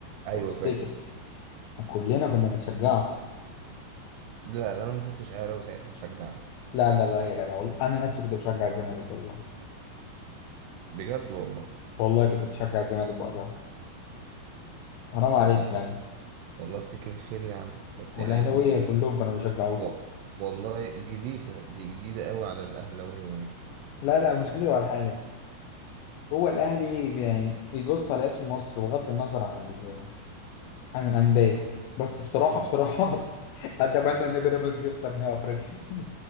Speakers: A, on the right (about 80°); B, on the left (about 85°).
A: ايوه
B: لو تفتكر
A: فاكر
B: كلنا كنا بنشجعكم
A: لا لا انا ما شفتش اهلاوي ساعتها شجعنا
B: لا لا لا يا جدع والله انا نفسي كنت بشجع الزمالك والله
A: بجد والله
B: والله كنت بشجع الزمالك وقتها حرام عليك
A: والله
B: يا جدع
A: والله فيك الخير يا عم بس
B: والاهلاويه
A: يعني
B: كلهم كانوا بيشجعوكوا
A: و- والله جديدة دي جديدة قوي على الأهلاوية يعني
B: لا لا مش كده ولا حاجه هو الاهلي يعني بيبص على اسم مصر بغض النظر عن ال... عن الانديه بس بصراحه
A: مم.
B: بصراحه <laughs> اتمنى ان بيراميدز يخسر نهائي افريقيا <laughs>